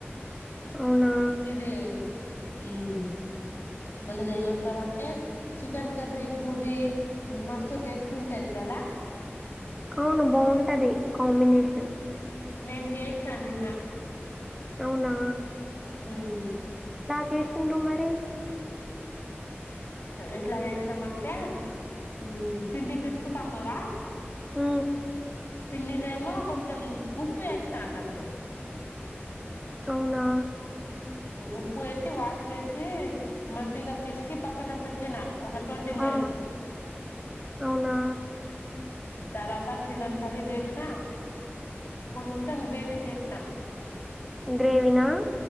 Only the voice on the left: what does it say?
ఇది ఉమ్ మనది ఏమంటారు అంటే చికెన్ కర్రీ పూరీ మస్తు టేస్ట్ ఉంటది కదా
నేన్ చేశనా నిన్న
హ్మ్
ఎట్లా చేసినం అంటే ఉమ్ పిండి పిసుకుతాం కదా
పిండిలేమో కొంచెం ఉప్పు ఎస్త అన్నట్టు
ఉప్పు వేసి వాటర్ వేసి మంచిగా పిసికి పక్కన పెట్టి నాకు ఒక ట్వంటీ మనిట్స్
తర్వాత చికెన్ కర్రీ చేసినా కొంచెం గ్రేవీ చేసినా